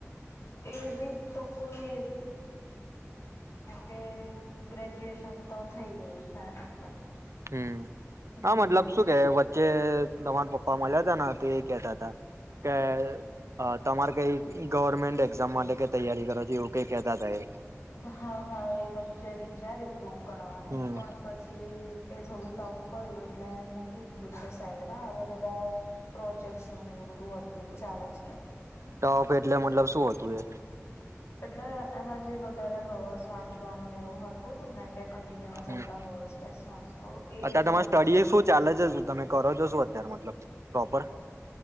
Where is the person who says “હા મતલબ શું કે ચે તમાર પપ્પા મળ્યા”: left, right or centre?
Right